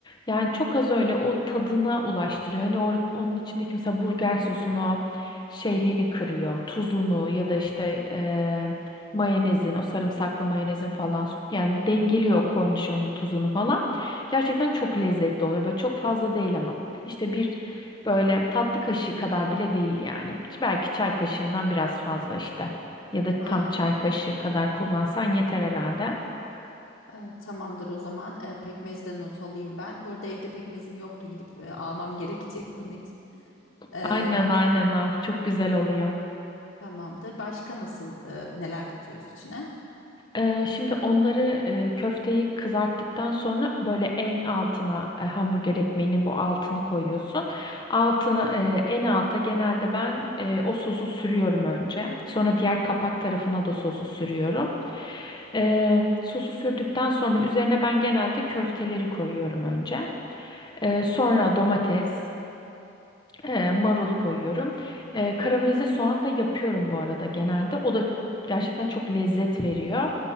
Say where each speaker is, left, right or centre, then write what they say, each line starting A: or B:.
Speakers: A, on the left (about 20°); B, on the left (about 85°).
A: yani çok az öyle o tadına ulaştırıyor. Hani or- onun içindeki mesela burger sosunu şeyliğini kırıyor. Tuzunu ya da işte eee, mayonezin o sarımsaklı mayonezin falan yani dengeliyor kornişonun tuzunu falan. Gerçekten çok lezzetli oluyor. Böyle çok fazla değil ama. İşte bir Böyle tatlı kaşığı kadar bile değil yani. Belki çay kaşığından biraz fazla işte. Ya da
B: An
A: tam çay kaşığı kadar kullansan yeter herhalde.
B: e, tamamdır o zaman E, pekmezi de not alayım ben. Bu arada evde pekmezim yoktu gidip e, almam gerekecek bunun için. E,
A: Aynen aynen
B: tam
A: al. Çok güzel oluyor.
B: Tamamdır. Başka nasıl e, neler katıyoruz içine?
A: Ee, şimdi onları e, köfteyi kızarttıktan sonra böyle en altına e, hamburger ekmeğinin bu altını koyuyorsun. Altına e, en alta genelde ben e, o sosu sürüyorum önce. Sonra diğer kapak tarafına da sosu sürüyorum. Eee, sosu sürdükten sonra üzerine ben genelde köfteleri koyuyorum önce. Eee, sonra domates, eee, marul koyuyorum. Eee, karamelize soğan da yapıyorum bu arada genelde. O da gerçekten çok lezzet veriyor.